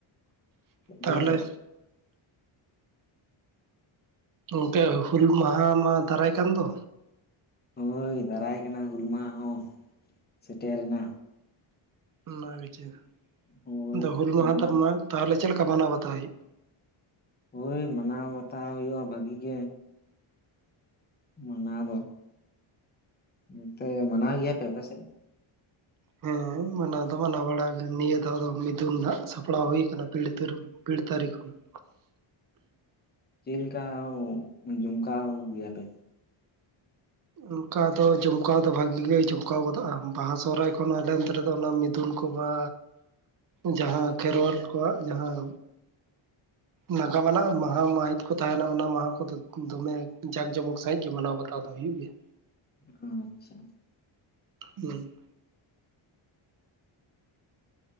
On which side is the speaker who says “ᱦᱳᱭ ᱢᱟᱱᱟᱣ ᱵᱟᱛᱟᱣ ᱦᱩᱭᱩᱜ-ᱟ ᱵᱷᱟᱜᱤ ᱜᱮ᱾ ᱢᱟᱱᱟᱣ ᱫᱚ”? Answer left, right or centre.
Left